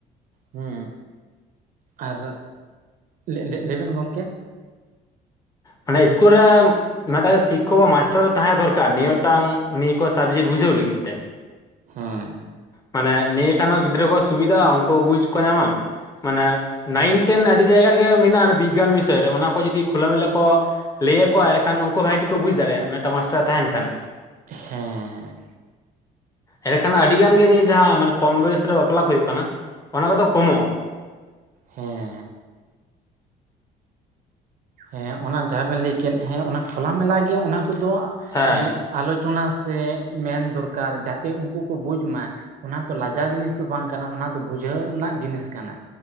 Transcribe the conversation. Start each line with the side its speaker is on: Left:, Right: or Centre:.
Right: ᱦᱩᱸ ᱟᱨ ᱞᱮᱜ ᱞᱮᱜ ᱞᱟᱹᱭ ᱵᱮᱱ ᱜᱚᱝᱠᱮ᱾
Left: ᱢᱟᱱᱮ ᱤᱥᱠᱩᱞ ᱨᱮᱢ ᱢᱮᱴᱟᱜ ᱫᱚ ᱥᱤᱠᱷᱚᱠ ᱵᱟ ᱢᱟᱥᱴᱟᱨ ᱫᱚ ᱛᱟᱦᱮᱸ ᱫᱚᱨᱠᱟᱨ ᱱᱤᱭᱟᱹ ᱢᱤᱫᱴᱟᱝ ᱱᱤᱭᱟᱹ ᱠᱚ ᱥᱟᱵᱡᱮᱠᱴ ᱵᱩᱡᱷᱟᱹᱣ ᱞᱟᱹᱜᱤᱫ ᱛᱮ᱾
Right: ᱦᱮᱸ᱾
Left: ᱢᱟᱱᱮ ᱱᱤᱭᱟᱹ ᱠᱷᱟᱱ ᱦᱚᱸ ᱜᱤᱫᱽᱨᱟᱹ ᱠᱚ ᱥᱩᱵᱤᱫᱷᱟᱼᱟ ᱩᱱᱠᱩ ᱦᱚ ᱵᱩᱡᱷ ᱠᱚ ᱧᱟᱢᱟ᱾ ᱢᱟᱱᱮ ᱱᱟᱭᱤᱱ ᱴᱮᱱ ᱟᱹᱰᱤ ᱡᱟᱭᱜᱟ ᱨᱮᱜᱮ ᱢᱮᱱᱟᱜᱼᱟ ᱚᱱᱮ ᱵᱤᱜᱜᱟᱱ ᱵᱤᱥᱚᱭ ᱨᱮ ᱚᱱᱟ ᱠᱚ ᱡᱩᱫᱤ ᱠᱷᱚᱞᱟ ᱢᱮᱞᱟ ᱠᱚ ᱞᱟᱹᱭ ᱟᱠᱚ ᱮᱲᱮᱠᱷᱟᱱ ᱩᱱᱠᱩ ᱵᱷᱟᱜᱤ ᱴᱷᱤᱠ ᱠᱚ ᱵᱩᱡᱷ ᱫᱟᱲᱮᱭᱟᱜᱼᱟ ᱢᱮᱛᱟ ᱢᱟᱥᱴᱟᱨ ᱛᱟᱦᱮᱸᱱ ᱠᱷᱟᱱ᱾
Right: ᱦᱮᱸ ᱦᱮᱸ᱾
Left: ᱮᱲᱮᱠᱷᱟᱱ ᱟᱹᱰᱤ ᱜᱟᱱ ᱜᱮ ᱱᱤᱭᱟᱹ ᱡᱟᱦᱟᱸ ᱢᱟᱱᱮ ᱠᱚᱢ ᱵᱚᱭᱮᱥ ᱨᱮ ᱵᱟᱯᱞᱟ ᱠᱚ ᱦᱩᱭᱩᱜ ᱠᱟᱱᱟ ᱚᱱᱟ ᱠᱚᱫᱚ ᱠᱚᱢᱚᱜᱼᱟ᱾
Right: ᱦᱮᱸ᱾ ᱦᱮᱸ ᱚᱱᱟ ᱡᱟᱦᱟᱸ ᱵᱮᱱ ᱞᱟᱹᱭ ᱠᱮᱫ ᱦᱮᱸ ᱚᱱᱟ ᱠᱷᱚᱞᱟ ᱢᱮᱞᱟ ᱜᱮ ᱚᱱᱟ ᱠᱚᱫᱚ
Left: ᱦᱮᱸ
Right: ᱮᱸ ᱟᱞᱚᱪᱚᱱᱟ ᱥᱮ ᱢᱮᱱ ᱫᱚᱨᱠᱟᱨ ᱡᱟᱛᱮ ᱩᱱᱠᱩ ᱠᱚ ᱵᱩᱡᱷ ᱢᱟ᱾ ᱚᱱᱟ ᱛᱚ ᱞᱟᱡᱟᱣ ᱡᱤᱱᱤᱥ ᱫᱚ ᱵᱟᱝ ᱠᱟᱱᱟ ᱚᱱᱟ ᱫᱚ ᱵᱩᱡᱷᱟᱹᱣ ᱨᱮᱱᱟᱜ ᱡᱤᱱᱤᱥ ᱠᱟᱱᱟ᱾